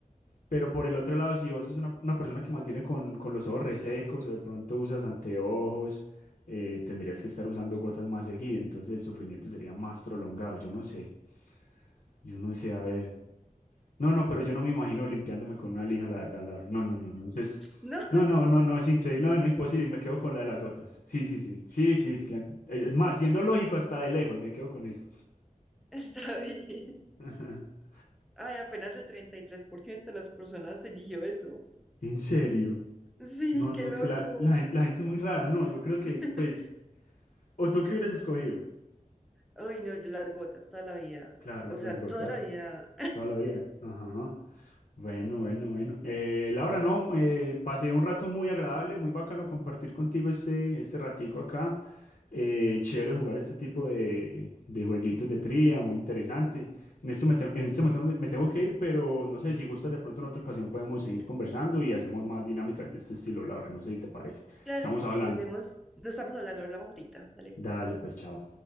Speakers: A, on the left (about 65°); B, in the centre.
A: Pero por el otro lado, si vos sos una, una persona que mantiene con, con los ojos resecos o de pronto usas anteojos, eh, tendrías que estar usando gotas más seguido, entonces el sufrimiento sería más prolongado. Yo no sé, yo no sé, a ver. No, no, pero yo no me imagino limpiándome con una lija, la verdad, Laura. No, no, no, no, eso es.
B: <laughs> No,
A: No, no, no, no, es increíble, no, no, imposible, y me quedo con la de las gotas. Sí, sí, sí, sí, sí, cla- es más, siendo lógico hasta de lejos, me quedo con eso.
B: está bien.
A: <laughs>
B: Ay, apenas el 33% de las personas eligió eso.
A: ¿En serio?
B: Sí,
A: No,
B: qué
A: no,
B: loco.
A: es que la, la, gen- la gente es muy rara, no, yo creo que,
B: <laughs>
A: pues, ¿o tú qué hubieras escogido?
B: Ay, no, yo las gotas toda la vida.
A: Claro,
B: O sea,
A: las
B: toda
A: gotas,
B: la vida.
A: toda la vida. Ajá. Bueno, bueno, bueno. Eh, Laura, no, eh, pasé un rato muy agradable, muy bacano compartir contigo este, este ratico acá. Eh, chévere jugar este tipo de, de jueguitos de trivia, muy interesante. En este, momento- en este momento me tengo que ir, pero no sé si gustas, de pronto en otra ocasión podemos seguir conversando y hacemos más dinámicas de este estilo, Laura. No sé si te parece.
B: Claro
A: Estamos
B: que
A: hablando.
B: sí, nos vemos. No estamos hablando, hablamos ahorita. Dale, pues.
A: Dale, pues, chao.